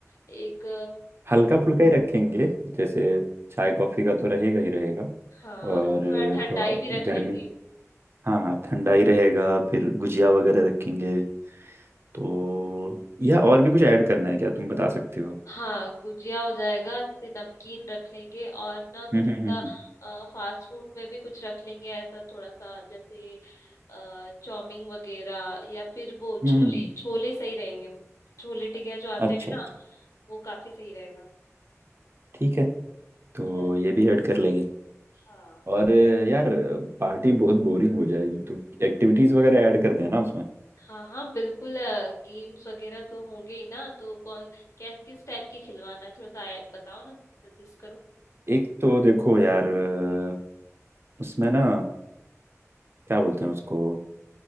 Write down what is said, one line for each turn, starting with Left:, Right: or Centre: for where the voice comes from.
Left: एक
Right: हल्का फुल्का ही रखेंगे जैसे चाय कॉफी का तो रहेगा ही रहेगा
Left: हाँ
Right: और
Left: थोड़ा ठंडाई
Right: थोड़ा
Left: भी रख
Right: गर्मी
Left: लेंगे
Right: हाँ हाँ ठंडा ही रहेगा फिर गुजिया वगैरह रखेंगे तो या और भी कुछ ऐड करना है क्या तुम बता सकते हो
Left: हाँ गुजिया हो जाएगा जैसे नमकीन रख लेंगे और ना कुछ
Right: हम्म
Left: ऐसा
Right: हम्म हम्म
Left: फास्ट फूड में भी कुछ रख लेंगे ऐसा थोड़ा सा जैसे अ, चाउमीन वगैरह या फिर वो
Right: हम्म,
Left: छोले
Right: हम्म,
Left: छोले सही रहेंगे छोले टिकिया जो आते
Right: अच्छा
Left: हैं ना
Right: अच्छा
Left: वो काफी सही रहेगा
Right: ठीक है तो
Left: अ,
Right: ये भी ऐड कर लेंगे
Left: हाँ
Right: और यार पार्टी बहुत बोरिंग हो जाएगी तो एक्टिविटीज वगैरह ऐड करते हैं ना उसमें
Left: हाँ हाँ बिल्कुल गेम्स वगैरह तो होंगे ही ना तो कौन क्या किस टाइप की खिलवाना है थोड़ा सा आया- बताओ ना सजेस्ट करो
Right: एक तो देखो यार अ, उसमें ना क्या बोलते हैं उसको